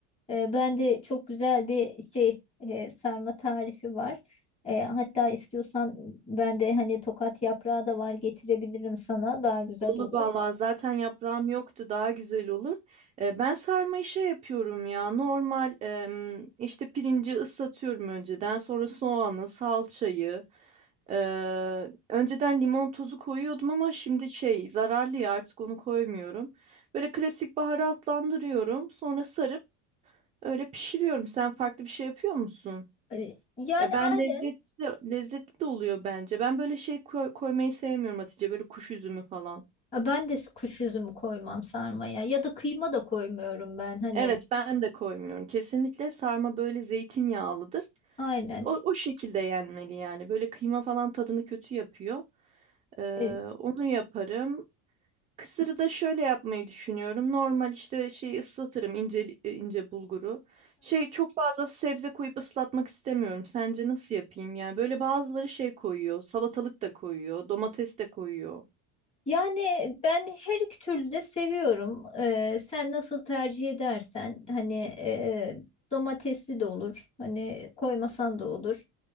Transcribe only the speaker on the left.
E, ben de çok güzel bir şey e, sarma tarifi var. E, hatta istiyorsan ben de hani tokat yaprağı da var getirebilirim sana daha güzel
olur.
E, yani
aynen
Ha, ben de kuş üzümü koymam sarmaya ya da kıyma da koymuyorum ben hani
aynen.
E,
işte,
Yani ben her iki türlü de seviyorum. Ee, sen nasıl tercih edersen hani e, domatesli de olur. Hani koymasan da olur.